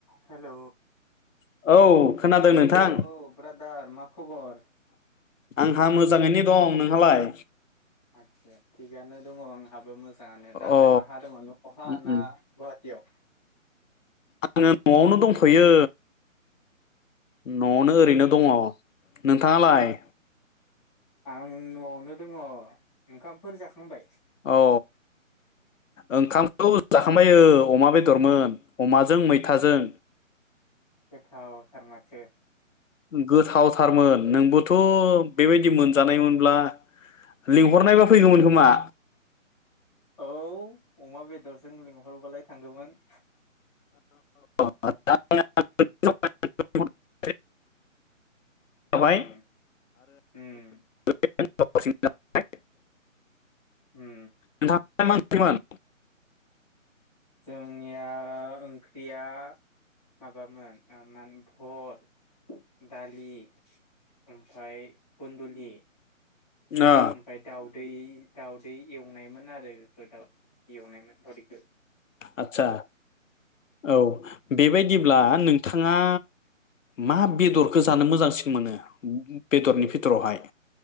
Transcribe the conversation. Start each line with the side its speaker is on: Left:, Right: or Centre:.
Centre: हेल'
Left: औ खोनादों नोंथां
Centre: औ ब्रादार मा। खबर।
Left: आंहा मोजाङैनो दं नोंहालाय?
Centre: आत्सा थिगानो दङ आं। आंहाबो मोजाङानो दालाय
Left: अ
Centre: माहा दङ न' हा
Left: उम
Centre: ना
Left: उम
Centre: गुवाहाटीयाव?
Left: आङो न'आवनो दंथ यो न'आवनो
Centre: उम
Left: ओरैनो दङ। नोंथाङालाय?
Centre: आं न'आवनो दङ ओंखामफोर जाखांबाय।
Left: औ ओंखामखौ जाखांबाय ओ अमा बेदरमोन अमाजों मैथाजों।
Centre: गोथाव थारमाथो।
Left: गोथावथारमोन नोंबोथ' बेबायदि मोनजानायमोनब्ला लिंहरनायबा फैगौमोन खोमा।
Centre: औ अमा बेदरजों लिंहरबालाय थांगोमोन।
Left: <unintelligible> जाबाय
Centre: उम उम।
Left: <unintelligible>
Centre: उम
Left: नोंथांना मा ओख्रिमोन?
Centre: जोंनिया ओंख्रिया माबामोन माने भल दालि ओमफ्राय कन्दुलि ए।
Left: अ
Centre: ओमफाय दाउदै। दाउदै एवनायमोन आरो बेफोर दाउ एवनायमोन दावदै।
Left: आत्सा औ बेबायदिब्ला नोंथाङा मा बेदरखौ जानो मोजांसिन मोनो बेदरनि भितुरावहाय?